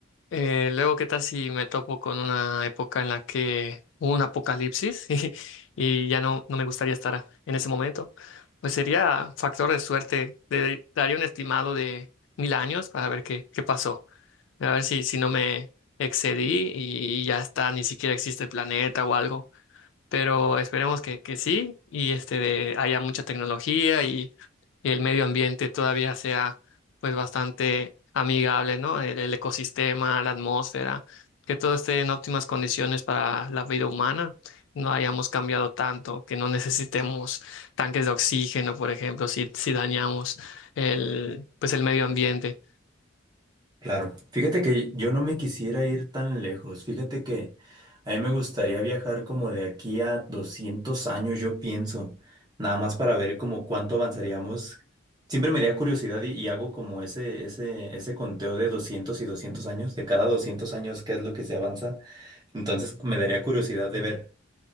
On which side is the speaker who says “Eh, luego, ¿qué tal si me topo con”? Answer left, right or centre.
Left